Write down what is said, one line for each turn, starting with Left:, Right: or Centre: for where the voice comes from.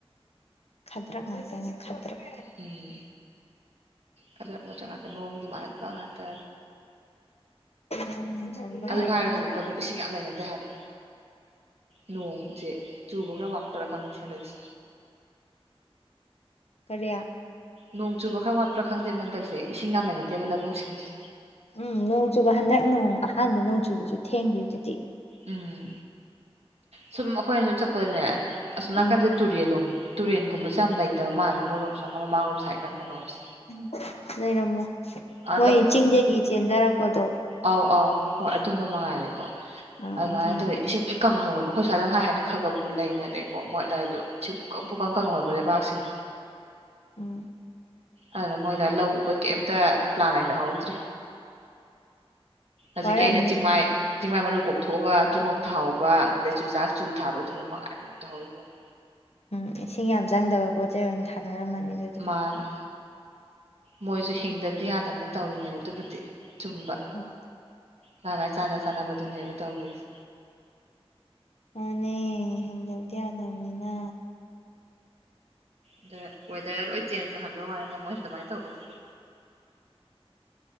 Left: ꯈꯥꯗ꯭ꯔꯛ ꯉꯥꯛꯇꯦ ꯈꯗ꯭ꯔꯛ
Right: ꯎꯝ ꯈꯗ꯭ꯔꯛ ꯃꯗꯛ ꯉꯥꯛꯇ ꯃꯑꯣꯡꯗꯣ ꯃꯥꯜꯍꯕ ꯉꯥꯛꯇ
Left: ꯍꯟꯕ
Right: ꯑꯗꯨ ꯍꯥꯏꯔꯒ
Left: ꯉꯥꯛꯇ
Right: ꯍꯧꯖꯤꯛ ꯂꯧꯕꯨꯛ ꯏꯁꯤꯡ ꯌꯥꯝ ꯂꯩꯅꯗꯦ ꯍꯥꯏꯕ ꯅꯣꯡꯁꯦ ꯆꯨꯕ ꯈꯔ ꯋꯥꯠꯄꯔꯥ ꯈꯪꯗ ꯁꯦꯟꯗꯛꯁꯦ
Left: ꯀꯔꯤ
Right: ꯅꯣꯡ ꯆꯨꯕ ꯈꯔ ꯋꯥꯠꯄ꯭ꯔꯥ ꯈꯪꯗꯦꯕ ꯍꯟꯗꯛꯁꯦ ꯏꯁꯤꯡ ꯌꯥꯝꯅꯅꯗꯦꯕ ꯂꯧꯕꯨꯛ ꯁꯤꯡꯁꯦ
Left: ꯎꯝ ꯅꯣꯡ ꯆꯨꯕ ꯍꯟꯗꯛ ꯅꯣꯡ ꯑꯍꯥꯟꯕ ꯅꯣꯡ ꯆꯨꯕꯁꯨ ꯊꯦꯡꯕꯤ ꯗꯨꯗꯤ
Right: ꯎꯝ ꯁꯨꯝ ꯑꯩꯈꯣꯏꯅ ꯁꯨꯝ ꯆꯠꯄꯗꯅꯦ ꯑꯁꯨꯝ ꯅꯥꯀꯟꯗ
Left: ꯎꯝ
Right: ꯇꯨꯔꯦꯜꯂꯣꯝ ꯇꯨꯔꯦꯟꯨꯝꯕꯁꯨ ꯌꯥꯝ ꯂꯩꯇꯕ ꯃꯥꯜꯂꯦ ꯃꯣꯏꯔꯣꯝꯁꯨ ꯃꯃꯥꯔꯣꯝ ꯁꯥꯏꯠ ꯈꯔ ꯀꯩꯅꯣꯝꯁꯦ
Left: ꯎꯝ ꯂꯩꯔꯝꯃꯣ
Right: ꯑꯥ
Left: ꯃꯣꯏ ꯆꯤꯡꯗꯒꯤ ꯆꯦꯟꯊꯔꯛꯄꯗꯣ
Right: ꯑꯧ ꯑꯥꯎ ꯍꯣꯏ ꯑꯗꯨꯝꯕ ꯃꯉꯥꯏꯔꯦꯀꯣ
Left: ꯑꯥ
Right: ꯑꯗꯨꯃꯥꯏꯅ
Left: ꯑꯗꯨꯝꯕ
Right: ꯇꯧꯋꯤ ꯏꯁꯤꯡ ꯀꯪꯍꯧꯋꯦꯕ ꯑꯩꯈꯣꯏ ꯁ꯭ꯋꯥꯗ ꯍꯥꯏ ꯍꯥꯏꯅ ꯈ ꯈꯕꯨ ꯂꯩꯅꯔꯦꯀꯣ ꯃꯣꯏ ꯑꯗꯨꯋꯥꯏꯗꯣ ꯁꯤ ꯄꯨꯀꯪ ꯄꯨꯀꯪ ꯀꯪꯍꯧꯋꯦꯕ ꯂꯩꯕꯥꯛꯁꯤꯡꯗꯣ
Left: ꯎꯝ
Right: ꯑꯗꯨꯅ ꯃꯣꯏꯗ ꯂꯧ ꯎꯕ ꯀꯩꯝꯇ ꯄ꯭ꯂꯥꯟ ꯂꯩꯅꯍꯧꯔꯧꯗ꯭ꯔꯤ ꯍꯧꯖꯤꯛꯀꯤ
Left: ꯋꯥꯔꯝꯅꯤ
Right: ꯑꯩꯅ ꯆꯤꯡꯃꯥꯏ ꯆꯤꯡꯃꯥꯏ ꯃꯔꯨ ꯀꯣꯛ ꯊꯣꯛꯑꯒ ꯀꯤꯍꯣꯝ ꯊꯥꯍꯧꯕ ꯑꯗꯩ ꯆꯨꯖꯥꯛ ꯆꯨ ꯊꯥꯕ ꯑꯗꯨꯝꯕ ꯃꯉꯥꯏ ꯑꯃ ꯃꯣꯏ ꯇꯧꯍꯧꯔꯤꯕꯥꯕꯨ
Left: ꯎꯨꯝ ꯏꯁꯤꯡ ꯌꯥꯝ ꯆꯪꯗꯕ ꯄꯣꯠ ꯆꯩꯩ ꯑꯣꯏꯅ ꯊꯥꯅꯔꯝꯃꯅꯤ ꯑꯗꯨ
Right: ꯊꯥꯔꯦ ꯃꯣꯏꯁꯨ ꯍꯤꯡꯗꯕꯗꯤ ꯌꯥꯗꯕꯅꯤꯅ ꯇꯧꯔꯤꯅꯦꯕ ꯑꯗꯨꯕꯨꯗꯤ ꯆꯨꯝꯕ
Left: ꯑꯣ
Right: ꯃꯥ ꯃꯥꯏ ꯆꯥꯟꯅ ꯆꯥꯟꯅꯕꯗꯨꯅꯦꯕ ꯇꯧꯔꯤꯁꯦ
Left: ꯃꯥꯅꯦ ꯍꯤꯡꯗꯕꯗꯤ ꯌꯥꯗꯕꯅꯤꯅ
Right: ꯑꯗ ꯋꯦꯗꯔꯒ ꯂꯣꯏ ꯆꯦꯟꯖ ꯇꯥꯍꯟꯕꯧ ꯋꯥꯅꯤꯗ ꯃꯣꯏꯅ ꯑꯗꯨꯃꯥꯏꯅ ꯇꯧꯕꯗꯨꯗ